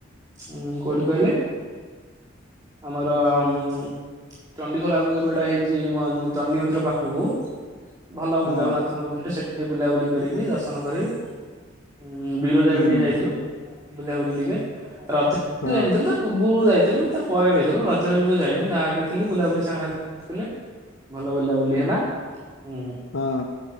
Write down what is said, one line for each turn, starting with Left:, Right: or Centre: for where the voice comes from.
Right: ଉଁ କୋଉଠି କଇଲେ ଆମର ଉମ୍ ଚଣ୍ଡିଖୋଲ ଆଗକୁ ଏବେଡା ହେଇଛି ଚଣ୍ଡୀ ମନ୍ଦିର ପାଖୁକୁ ଭଲ
Left: ହଁ
Right: ମୁଁ ଜଗନ୍ନାଥ ମନ୍ଦିର ଟେ ସେଠି ଟିକେ ବୁଲାବୁଲି କରିକି ଦର୍ଶନ କରିକି ହଁ ବିରଜା
Left: ହୁଁ
Right: ବି ଟିକେ ଯାଇଥିଲୁ। ବୁଲାବୁଲି ଟିକେ ରଜ
Left: ହଁ
Right: ଯାଇନଥିଲୁ ତ ପୂର୍ବୁରୁ ଯାଇଥିଲୁ ତା ପରେବି ଯାଇଥିଲୁ ରଜରେ କିନ୍ତୁ ଯାଇନୁ ଗାଁ ଟିକେ ଥିଲି ବୁଲାବୁଲି ସାଙ୍ଗ ସାଥି ଥିଲେ। ଭଲ ବୁିଲା ବୁଲି ହେଲା ହୁଁ
Left: ହଁ